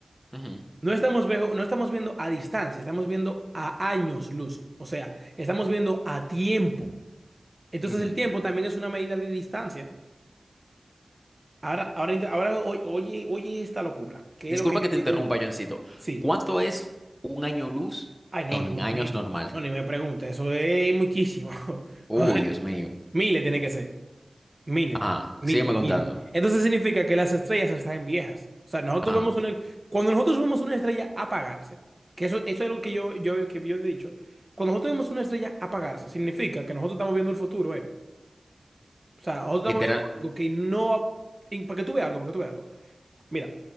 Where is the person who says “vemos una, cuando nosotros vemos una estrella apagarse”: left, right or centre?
Right